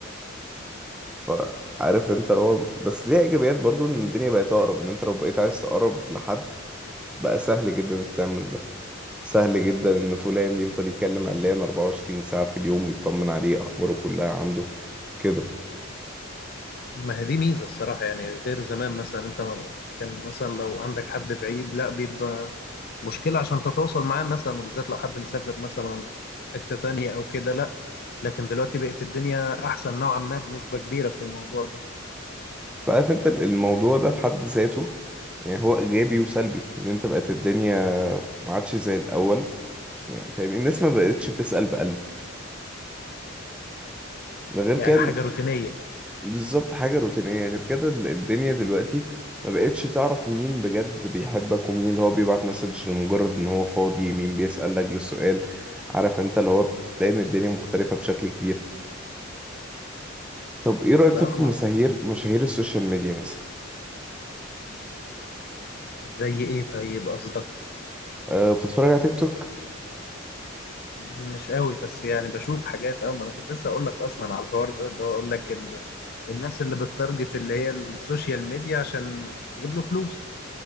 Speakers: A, in the centre; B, on the left.
A: فعارف انت اللي هو بس ليها ايجابيات برضو ان الدنيا بقت اقرب ان انت لو بقيت عايز تقرب لحد بقى سهل جدا انك تعمل ده سهل جدا ان فلان يفضل يكلم علان 24 ساعة في اليوم يطمن عليه اخباره كلها عنده كده
B: ما هي دي ميزه الصراحه يعني غير زمان مثلا انت ما- كان مثلا لو عندك حد بعيد لا بيبقى مشكله عشان تتواصل معاه مثلا وبالذات لو حد مسافر مثلا حته تانية او كده لا لكن دلوقتي بقت الدنيا احسن نوعا ما بنسبه كبيره في الموضوع ده
A: فعارف انت ال- الموضوع ده في حد ذاته يعني هو ايجابي وسلبي ان انت بقت الدنيا ما عادش زي الاول يعني فاهم الناس ما بقتش بتسأل بقلب ده غير
B: يعني
A: كان
B: حاجه روتينيه
A: بالظبط حاجة روتينية غير كده ال- الدنيا دلوقتي ما بقتش تعرف مين بجد بيحبك ومين اللي هو بيبعت مسج لمجرد ان هو فاضي مين بيسأل لجل السؤال عارف انت اللي هو بتلاقي ان الدنيا مختلفة بشكل كبير طب ايه رأيك
B: لا
A: طب في
B: ما
A: مشاهير مشاهير السوشيال ميديا مثلا
B: زي ايه طيب قصدك
A: أه بتتفرج على تيك توك
B: مش قوي بس يعني بشوف حاجات اه ما انا كنت لسه اقول لك اصلا على الحوار ده اللي هو اقول لك ال... الناس اللي بتتارجت اللي هي السوشيال ميديا عشان تجيب له فلوس